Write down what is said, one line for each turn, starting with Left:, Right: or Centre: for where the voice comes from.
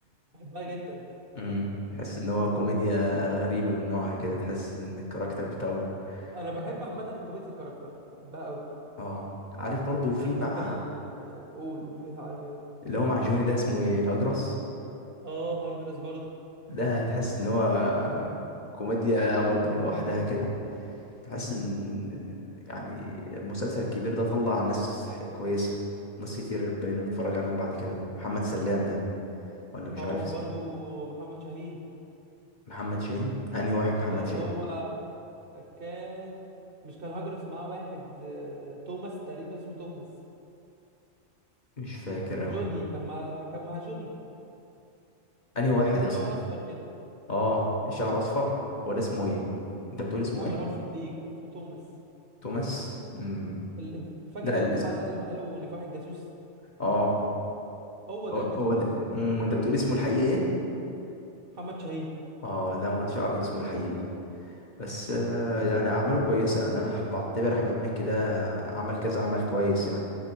Right: بحبها جدا
Left: أمم، تحس ان هو كوميديا غريبة من نوعها كده تحس ان الكاركتر بتاعه
Right: أنا بحب
Left: اه
Right: عامة كوميديا الكاركتر بحبها أوي
Left: آه. عارف برضو في
Right: أنا بحب
Left: مع
Right: ال قول وبحب عارف إيه
Left: اللي هو مع جوني ده اسمه ايه هجرس
Right: اه هجرس برضو
Left: ده تحس ان هو كوميديا برضو لوحدها كده تحس ان يعني المسلسل الكبير ده طلع ناس ح- كويسه ناس كتير بقينا نتفرج عليهم بعد كده محمد سلام ده ولا مش
Right: اه
Left: عارف
Right: وبرضو
Left: اسمه
Right: محمد شاهين
Left: محمد شاهين انهي واحد محمد
Right: اللي
Left: شاهين
Right: هو كان مش كان هجرس معاه واحد آه، توماس تقريبا اسمه توماس
Left: مش فاكر
Right: جوني
Left: اوي
Right: كان مع كان مع جوني
Left: انهي واحد
Right: كان
Left: يا اسطى
Right: شعر أصفر كده
Left: اه شعره اصفر ولا اسمه ايه انت بتقول اسمه
Right: وعامل
Left: ايه
Right: عرف الديك اسمه توماس
Left: توماس امم
Right: ال... انت فاكر
Left: لا
Right: لما
Left: الاسم
Right: حلقة لما قالوا نفاح الجاسوس
Left: اه
Right: هو ده
Left: هو
Right: الجاسوس
Left: هو ده مم، انت بتقول اسمه الحقيقي ايه
Right: محمد شاهين
Left: اه لا ما كنتش اعرف اسمه الحقيقي بس آه، يعني اعماله كويسه يعني انا بعتبر احمد مكي ده عمل كذا عمل كويس يعني